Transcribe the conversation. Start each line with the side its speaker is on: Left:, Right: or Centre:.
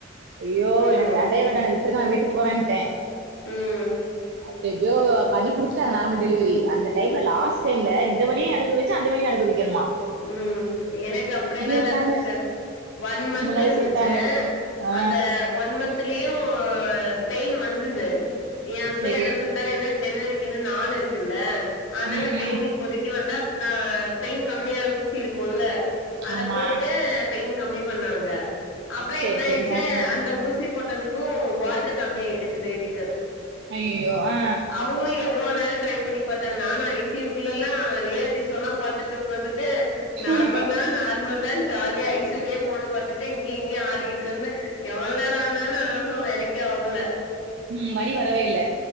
Right: அய்யோ
Left: ம்
Right: எனக்கு வேண்டவே வேண்டா என விட்டுருங்க நா வீட்டுக்கு போறேன்ட்டே
Left: ம்
Right: அப்புற எப்டியோ பண்ணி குடுத்துட்டாங்க நார்மல் டெலிவரி அந்த டைம்ல
Left: இ
Right: லாஸ்ட் டைம்ல இந் இந்த வலிய அனுபவிச்சி அந்த வலிய அனுபவிக்கனுமா
Left: ம் எனக்கு அப்டிலா இல்ல
Right: விட்டாங்க
Left: சிஸ்டர் ஒன் மந்த்
Right: முன்னாலே
Left: இருந்துச்சு
Right: சொல்ட்டாங்க ஆ
Left: அந்த ஒன் மந்த் த்துலையு பெயின் வந்துது எ ஹஸ்பண்ட்
Right: செரி
Left: என்ன சொல்ட்டாரு இன்னு டெலிவரிக்கு இன்னு நாள் இருக்குல்ல அதனால
Right: ம்
Left: பெயின்
Right: ம்
Left: இப்போதைக்கி வந்தா ஆ பெயின் கம்மியா ஆகுற ஊசி இருக்குல்ல அத
Right: ஆமா
Left: போட்டு பெயின் கம்மி பண்ணாங்க அப்புற
Right: செரி
Left: என்ன ஆயிருச்சு
Right: செரி ஆ ஆ
Left: அந்த ஊசி போட்டதுக்கு வாட்ரு கம்மி ஆயிடுச்சு பேபிக்கு
Right: ஐயையோ ஆ
Left: அவங்களு எவ்ளோ நேர ட்ரை பண்ணி பாத்தாங்க நானு ஐசியூக்குல்லலா ரியாலிட்டி ஷோல்லா பாத்துட்டு வந்து ட்டு நார்மல்
Right: ஐயோ
Left: தா நார்மல் தா ஜாலியா ஐசியுலேயே ஃபோன பாத்துட்டு இங்கேயு இங்கேயு ஆடிக்ட்டு இருந்தே எவ்ளோ நேர ஆனாலு ம்ஹூ வேலைக் கே ஆகுல
Right: ம் வலி வரவே இல்ல